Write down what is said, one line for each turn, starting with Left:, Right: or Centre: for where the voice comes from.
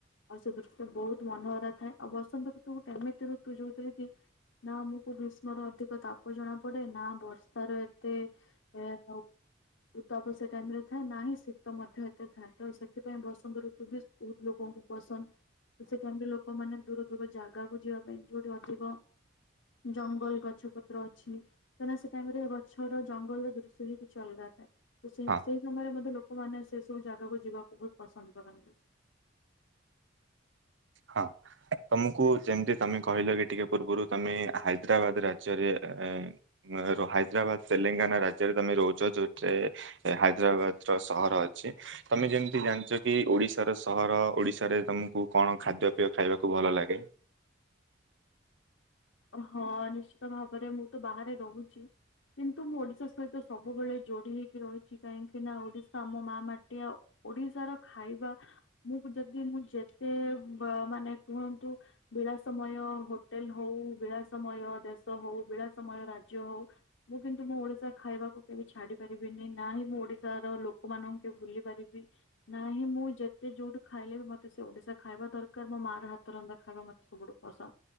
Left: ଆଉ ସେ ଦୃଶ୍ୟ ବହୁତ ମନହରା ଥାଏ ଆଉ ବସନ୍ତ ଋତୁ ଗୋଟା ଏମିତି ଋ ତୁ ଯୋଉଥିରେ କି ନା ଆମକୁ ଗ୍ରୀଷ୍ମର ଅଧିକ ତାପ ଜଣା ପଡେ ନା ବର୍ଷାର ଏତେ ଏ ହଉ ଉତାପ ସେ ଟାଇମ ରେ ଥାଏ ନାହିଁ ଶୀତ ମଧ୍ୟ ଏତେ ଥାଏ ତ ସେଥିପାଇଁ ବସନ୍ତ ଋତୁ ବି ବହୁତ ଲୋକ ଉ ହୁ ପସନ୍ଦ ସେ ଟାଇମରେ ଲୋକମାନେ ଦୂର ଦୂର ଜାଗାକୁ ଯିବା ପାଇଁ ଯୋଉଠି ଅଧିକ ଜଙ୍ଗଲ ଗଛ ପତ୍ର ଅଛି କାଁକନା ସେ ଟାଇମ ରେ ଗଛର ଜଙ୍ଗଲର ଦୃଶ୍ୟ ହି କିଛି ଅଲଗା ଥାଏ। ସେ
Right: ହଁ
Left: ସେଇ ସମୟରେ ମତେ ଲୋକ ମାନେ ସେ ସବୁ ଜାଗାକୁ ଯିବାକୁ ବହୁତ ପସନ୍ଦ କରନ୍ତି।
Right: ହଁ। ତମକୁ ଯେମିତି ତମେ କହିଲ କି ଟିକେ ପୂର୍ବରୁ ତମେ ହାଇଦ୍ରାବାଦ ରାଜ୍ୟରେ ଏ ର ହାଇଦ୍ରାବାଦ ତେଲେଙ୍ଗାନା ରାଜ୍ୟରେ ତମେ ରହୁଛ ଯୋଉ ଥେ ହାଇଦ୍ରାବାଦ ର ସହର ଅଛି। ତମେ ଯେମତି ଜାଣିଛ କି ଓଡିଶାର ସହର ଓଡିଶାରେ ତମକୁ କ ଅଁ ଖାଦ୍ୟ ପେୟ ଖାଇବାକୁ ଭଲ ଲାଗେ।
Left: ହଁ ନିଶ୍ଚିତ ଭାବରେ ମୁଁ ତ ବାହାରେ ରହୁଛି। କିନ୍ତୁ ମୁଁ ଓଡିଶା ସହିତ ସବୁବେଳେ ଯୋଡି ହେଇକି ରହିଛି କାହିଁକି ନା ଓଡିଶା ଆମ ମା ମାଟି ଆଓ ଓଡିଶାର ଖାଇବା ମୁଁ ଯଦି ମୁଁ ଯେତେ ବ ମାନେ କୁହନ୍ତୁ ପିଲା ସମୟ ହୋଟେଲ ହଉ ବିଳାସମୟ ଦେଶ ହଉ, ବିଳାସମୟ ରାଜ୍ୟ ହଉ ମୁଁ କିନ୍ତୁ ମୋ ଓଡିଶା ଖାଇବାକୁ କେବେ ଛାଡି ନା ହିଁ ମୁଁ ଓଡିଶାର ଲୋକମାନଙ୍କୁ ଭୁଲି ପାରିବି ନା ହିଁ ମୁଁ ଯେତେ ଯୋଉଠୁ ଖାଇ ଖାଇଲେ ମତେ ସେ ଓଡିଶା ଖାଇବା ଦରକାର। ମୋ ମା ର ହାତ ରନ୍ଧା ଖାଇବା ମତେ ସବୁଠୁ ପସନ୍ଦ।